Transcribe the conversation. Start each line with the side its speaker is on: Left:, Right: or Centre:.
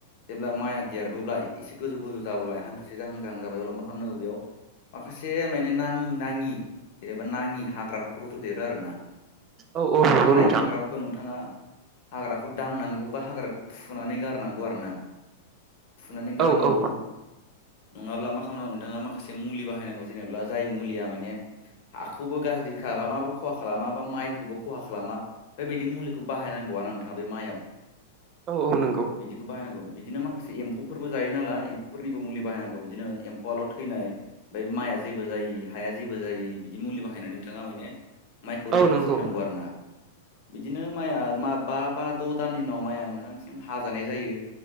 Left: जेब्ला माइआ देरबोबाय एसे गोजौ गोजौ जाबोबाय हान्थुसे जाहां जाहां जाबाय अब्ला मा खालामनांगौ बेयाव माखासे माने नां नाङि जेनेबा नाङि हाग्राफोरखौ रजदेरो आरो ना
Right: औ औ नंगौ
Left: बे नाङि
Right: नोंथां
Left: हाग्राफोरखौ नोंथाङा हाग्राखौ दांनांगौ बा हाग्राखौ फुनानै गारनांगौ आरोना। फुनानै गारनांगौ।
Right: औ औ
Left: नङाब्ला मा खालामनांगौ नोंथाङा माखासे मुलि बाहायनांगौ जेनेबा जाय मुलिया माने हाखौबो गा ज्रि खालामा बा खहा खालामा बा माइखौबो खहा खालामा बेबायदि मुलिखौ बाहायनांगौ आरोना नोंथाङा बे माइआव।
Right: <inaudible> औ नंगौ
Left: बिदिखौ बाहायनांगौ बिदिनो माखासे एम्फौ फोरबो जायो नालाय एम्फौफोरनिबो मुलि बाहायनांगौ बिदिनो एम्फौआल' थैनाय माइआ जेबो जायि हाया जेबो जायि बिदि मुलि बाहायनानै नोंथाङा माने माइखौ रैखाथि
Right: औ नंगौ
Left: होनांगौ आरो ना। बिदिनो माइआ बा बा द' दाननि उनाव माइया नोंथांसिम हाजानाय जायो।